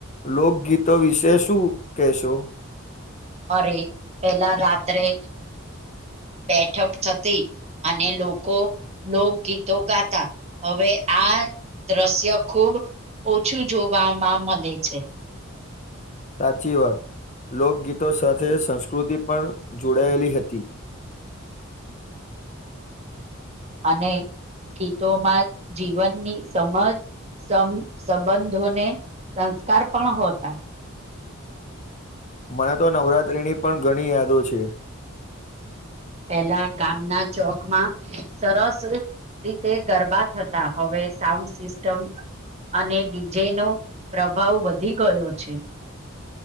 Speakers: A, on the left; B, on the right.
A: લોકગીતો વિશે શું કહેશો?
B: અરે, પેલા રાત્રે બેઠક થતી અને લોકો લોકગીતો ગાતા. હવે આ દ્રસ્ય ખૂબ ઓછું જોવામાં મલે છે.
A: સાચી વાત. લોકગીતો સાથે સંસ્કૃતિ પણ જોડાયેલી હતી. <inaudible>
B: અને ગીતોમાં જીવનની સમજ સમ સંબંધોને સંસ્કાર પણ હોતા
A: મને તો નવરાત્રીની પણ ઘણી યાદો છે
B: પહેલા ગામના ચોક માં સરસ રીતે ગરબા થતા હવે સાઉન્ડ સિસ્ટમ અને ડીજેનો પ્રભાવ વધી ગયો છે